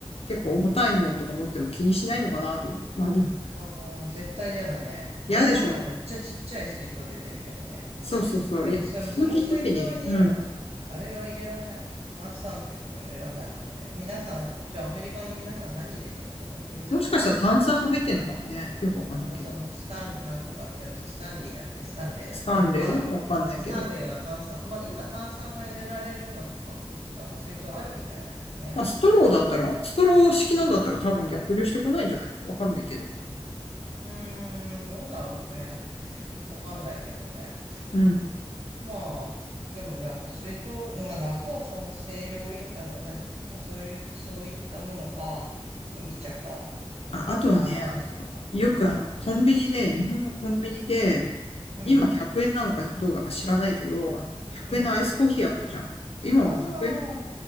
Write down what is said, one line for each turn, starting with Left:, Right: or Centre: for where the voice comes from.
Left: 結構重たいもんとか持っても気にしないのかなと思う。
Right: うん。
Left: まあ、日本
Right: ああ、絶対嫌だね。
Left: 嫌でしょ。
Right: 日本なんかめっちゃちっちゃい水筒出てるけどね。
Left: そうそうそう。
Right: まあでもそれもその水筒には、
Left: いや、通勤時に、うん。
Right: あれは入れらんないもんね。炭酸水とか入れらんないもんね。皆さん、じゃあアメリカの皆さん何入れてんのそこに。水
Left: もしかしたら炭酸も入ってんのかもね。よくわかんないけど。
Right: あ、そのスタンなんとかってやつ、スタンリーだっけスタンレーだっけは、
Left: スタンレーわかんないけど。
Right: スタンレーは炭酸。まあ今炭酸が入れられるのとかも、なんか水筒あるみたいだけどね。
Left: まあ、ストローだったら、ストロー式のだったら多分逆流してこないんじゃないのわかんないけど。
Right: うーん、どうだろうね。わかんないけどね。
Left: うん。
Right: まあ、でもやっぱ水筒、まあ夏はさ、清涼飲、あの何、そういう、そういったものか、麦茶か、
Left: あ、あとはね、
Right: 炭酸水か。
Left: よくあの、
Right: うん、
Left: コンビニで、日本のコンビニで、
Right: うん、
Left: 今100円なのかどうだか知らないけど、あの、100円のアイスコーヒーあったじゃん。
Right: うん。
Left: 今も100円
Right: ああ、